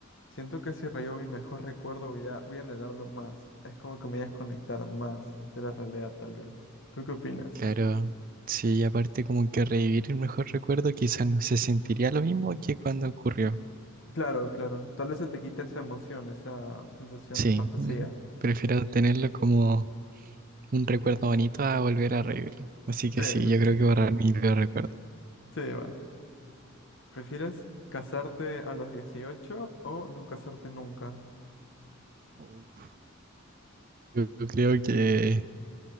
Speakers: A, on the left; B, on the right.
A: siento que si rayo mi mejor recuerdo voy a, voy a anhelarlo más. Es como que me voy a desconectar más de la realidad, tal vez. ¿Tú qué opinas?
B: Claro, sí, y aparte como que revivir el mejor recuerdo quizás no se sentiría lo mismo que cuando ocurrió.
A: Claro, claro. Tal vez se te quite esa emoción, esa sensación
B: Sí,
A: de fantasía.
B: mm, prefiero tenerlo como un recuerdo bonito a volver a revivirlo. Así que
A: Sí,
B: sí,
A: sí,
B: yo
A: sí,
B: creo
A: prefi-
B: que borrar mi peor recuerdo.
A: sí, va. ¿Prefieres casarte a los 18 o no casarte nunca?
B: Uf. Yo creo que